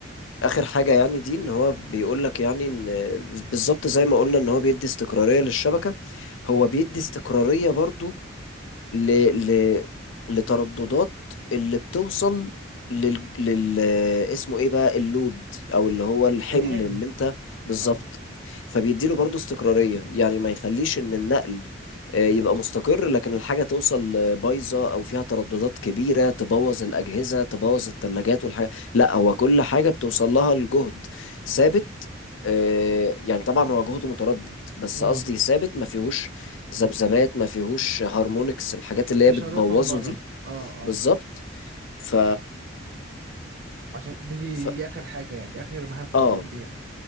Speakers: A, on the left; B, on the right.
A: اخر حاجه يعني دي ان هو بيقول
B: مم.
A: لك يعني ان بالظبط زي ما قلنا ان هو بيدي استقراريه للشبكه هو بيدي استقراريه برضو ل... ل... لترددات اللي بتوصل لل... لل اسمه ايه بقى اللود او اللي هو الحمل
B: الحمل
A: اللي انت بالظبط
B: اه
A: فبيديله برضو استقرارية يعني ما يخليش ان النقل آه، يبقى مستقر لكن الحاجة توصل آه، بايظة او فيها ترددات كبيرة تبوظ الأجهزة تبوظ الثلاجات والحاجة لا هو كل حاجة بتوصل لها الجهد ثابت آه، يعني طبعا هو جهد متردد بس
B: اه
A: قصدي ثابت ما فيهوش ذبذبات ما فيهوش هارمونكس الحاجات اللي
B: اشارات
A: هي بتبوظه
B: من بره
A: دي
B: اه اه
A: بالظبط ف...
B: عشان دي, دي
A: ف
B: دي اخر حاجه يعني اخر مهام كان
A: اه
B: بيقوم بيها